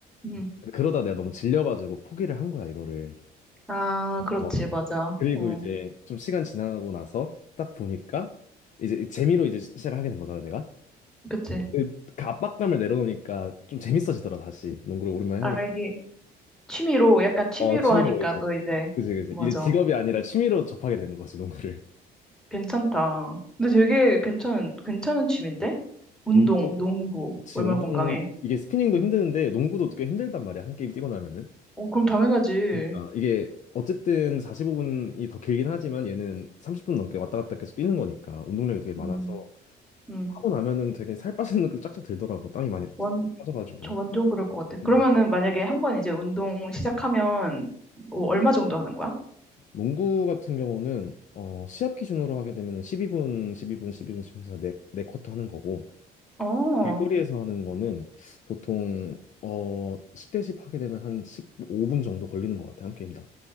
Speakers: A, in the centre; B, on the left.
A: 응.
B: 근데 그러다 내가 너무 질려가지고 포기를 한 거야, 이거를.
A: 아, 그렇지,
B: 어.
A: 맞아.
B: 그리고
A: 어,
B: 이제 좀 시간 지나가고 나서 딱 보니까 이제 재미로 이제 시- 시작을 하게 된 거잖아, 내가.
A: 그치.
B: 근데 그 압박감을 내려놓으니까 좀 재밌어지더라, 다시. 농구를 오랜만에
A: 아,
B: 하니까.
A: 이게 취미로, 약간 취미로
B: 어, 취미로
A: 하니까
B: 이제.
A: 또 이제,
B: 그지, 그지.
A: 맞아.
B: 이제 직업이 아니라 취미로 접하게 된 거지, 농구를.
A: 괜찮다. 근데 되게 괜찮은, 괜찮은 취미인데?
B: <laughs>
A: 운동,
B: 농구,
A: 농구.
B: 그치,
A: 얼마나
B: 운동,
A: 건강해.
B: 이게 스피닝도
A: 음.
B: 힘드는데, 농구도 꽤 힘들단 말이야, 한 게임 뛰고 나면은.
A: 어, 그럼 당연하지.
B: 그러니까, 이게, 어쨌든 45분이 더 길긴 하지만, 얘는 30분 넘게 왔다 갔다 계속 뛰는 거니까, 운동량이 되게 많아서,
A: 음, 음.
B: 하고 나면은 되게 살 빠지는 느낌이 쫙쫙 들더라고, 땀이 많이
A: 완,
B: 빠져가지고.
A: 저 완전 그럴 것 같아. 그러면은
B: 음.
A: 만약에 한 번 이제 운동 시작하면 뭐 얼마 정도 하는 거야?
B: 농구 같은 경우는, 어, 시합 기준으로 하게 되면은 12분, 12분, 12분, 12분 해서 네네쿼터 하는 거고,
A: 어,
B: 길거리에서 하는 거는 보통 어 10대씩 하게 되면 한 15분 정도 걸리는 것 같아요, 한 게임당.